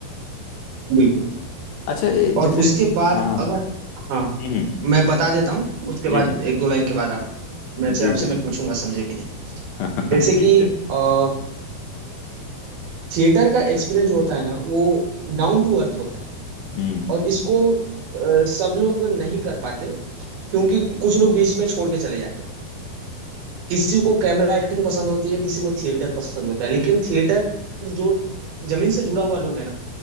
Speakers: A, on the right; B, on the left.
A: बिल्कुल
B: अच्छा ए,
A: और
B: जैसे
A: उसके बाद
B: हाँ
A: अगर हाँ
B: हम्म
A: मैं बता देता हूँ उसके
B: जी
A: बाद
B: जी
A: एक दो लाइन के बाद आप मैं
B: जी
A: से आपसे
B: जी
A: मैं
B: जी,
A: पूछूंगा समझे कि नहीं
B: <laughs>
A: जैसे
B: हाँ ठीक
A: कि
B: है
A: अ, थिएटर का एक्सपीरियंस जो होता है ना वो डाउन टू अर्थ होता है
B: हम्म
A: और इसको अ, सब लोग नहीं कर पाते क्योंकि कुछ लोग बीच में छोड़ के चले जाते हैं किसी को कैमरा एक्टिंग पसंद होती है किसी को थिएटर पसंद होता है लेकिन थिएटर जो जमीन से जुड़ा हुआ लोग है ना